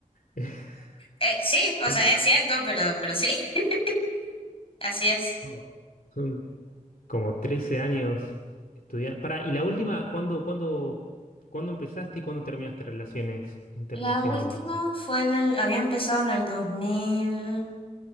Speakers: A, on the left; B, on the left.
A: <laughs>
B: eh, sí, o
A: bueno,
B: sea, es cierto, pero, pero sí, <laughs> así es.
A: no, son como 13 años estudiando. Pará, y la última, ¿cuándo, cuándo, cuándo empezaste y cuándo terminaste relaciones internacionales?
B: La última fue en el, había empezado en el 2000